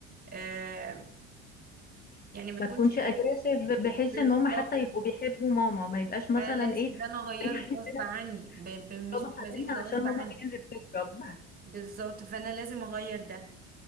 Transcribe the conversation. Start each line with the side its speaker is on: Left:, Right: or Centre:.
Right: آه، يعني ما تكونش
Left: ما تكونش
Right: ايه
Left: اجريسيف بحيث
Right: بالظبط
Left: ان هم حتى يبقوا بيحبوا ماما ما يبقاش مثلا
Right: لازم
Left: ايه
Right: ده
Left: <laughs>
Right: انا اغيره غصب
Left: عندنا
Right: عني ب... ب... مش
Left: بابا
Right: بمزاجي
Left: حبيبنا
Right: ده غصب
Left: عشان ماما
Right: عني
Left: هي اللي بتضرب
Right: بالظبط فانا لازم اغير ده